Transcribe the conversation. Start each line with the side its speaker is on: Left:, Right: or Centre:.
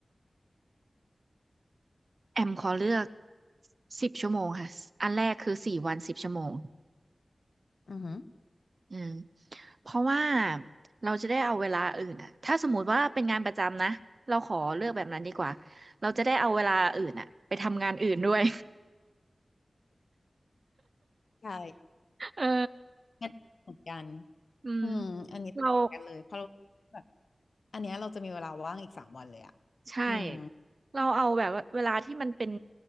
Right: แอมขอเลือกสิบชั่วโมงค่ะอันแรกคือสี่วันสิบชั่วโมง
Left: อือหือ
Right: อืมเพราะว่าเราจะได้เอาเวลาอื่นอ่ะถ้าสมมติว่าเป็นงานประจำนะเราขอเลือกแบบนั้นดีกว่าเราจะได้เอาเวลาอื่นอ่ะไปทำงานอื่นด้วย
Left: ใช่
Right: <laughs> เออ
Left: งั้นเหมือนกัน
Right: อืม
Left: อืมอันนี้ต่างกันเลยเพราะเราแบบ
Right: เรา
Left: อันเนี้ยเราจะมีเวลาว่างอีกสามวันเลยอ่ะ
Right: ใช่
Left: อืม
Right: เราเอาแบบว่าเวลาที่มันเป็น